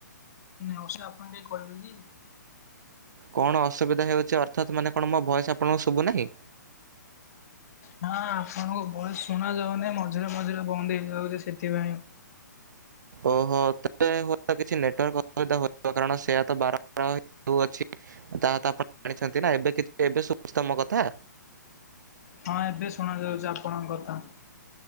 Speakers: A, on the left (about 55°); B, on the right (about 70°).
A: ନଆସିଲେ ଆପଣ ଟିକେ କହିବେ କି। <unintelligible>
B: କଣ ଅସୁବିଧା ହେଉଛି ଅର୍ଥାତ ମାନେ କଣ ମୋ ଭଏସ ଆପଣଙ୍କୁ ଶୁଭୁ ନାହିଁ।
A: ନାଁ ଆପଣଙ୍କ ଭଏସ ଶୁଣା ଯାଉନେଉ ମଝିରେ ମଝିରେ ବନ୍ଦ ହେଇଯାଉଛି ସେଥିପାଇଁ।
B: ଓହୋ <unintelligible> ହୁଏତ କିଛି ନେଟୱାର୍କ ଅସୁବିଧା ହୋଉଥିବ କାରଣ ସେୟାତ ବାରମ୍ବାର। <unintelligible> ଆପଣ ଜାଣିଛନ୍ତି ନା ଏବେ କିଛି ଏବେ ସୁବୁଚି ତ ମୋକଥା।
A: ହଁ, ଏବେ ଶୁଣା ଯାଉଛି ଆପଣଙ୍କ କଥା।